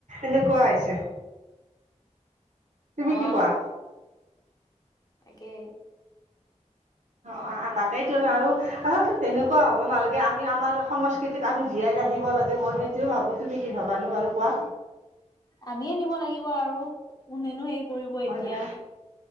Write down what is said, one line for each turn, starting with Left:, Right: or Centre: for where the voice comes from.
Right: এনেকোৱা হৈছে তুমি
Left: অ'।
Right: কি কোৱা
Left: তাকে
Right: অ অ তাকেইতোন আৰু আচলতে তেনেকোৱা হ'ব নালাগে আমি আমাৰ সংস্কৃতিক আমি জীয়াই সদায় ৰাখিব লাগে মই সেইটোয়ে ভাবো তুমি কি ভাবানো বাৰু কোৱা
Left: আমিয়ে নিব লাগিব আৰু কোনেনো হেৰি কৰিব
Right: হয়
Left: এতিয়া
Right: নাই